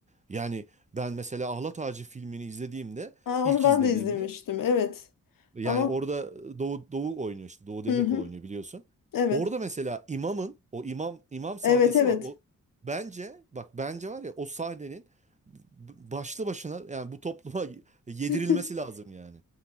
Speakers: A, on the right; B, on the left.
A: Yani ben mesela Ahlat Ağacı filmini izlediğimde
B: Aa,
A: ilk
B: onu ben
A: izlediğimde
B: de izlemiştim. Evet.
A: yani
B: Ama
A: orada Doğu, Doğu oynuyor işte. Doğu Demirkol
B: hı hı.
A: oynuyor biliyorsun.
B: Evet.
A: Orada mesela imamın o imam imam sahnesi
B: Evet evet.
A: var. O bence bak bence var ya o sahnenin b- başlı başına yani bu topluma <laughs> yedirilmesi
B: <laughs>
A: lazım yani.